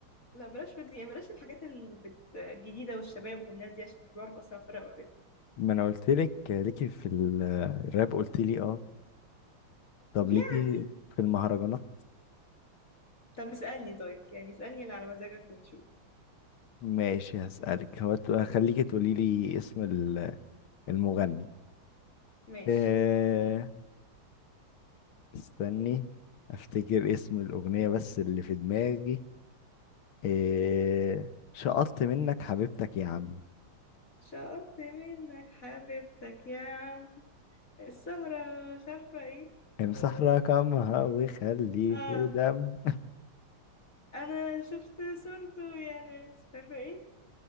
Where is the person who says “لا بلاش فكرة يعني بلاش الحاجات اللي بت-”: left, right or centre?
Left